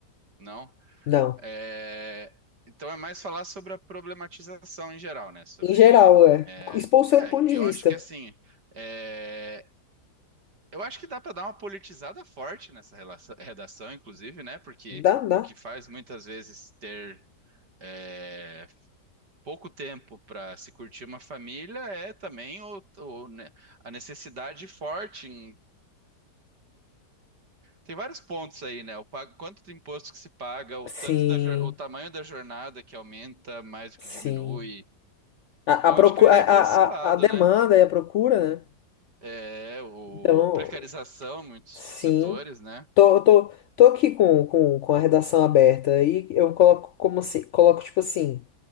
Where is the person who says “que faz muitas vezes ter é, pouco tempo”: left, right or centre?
Right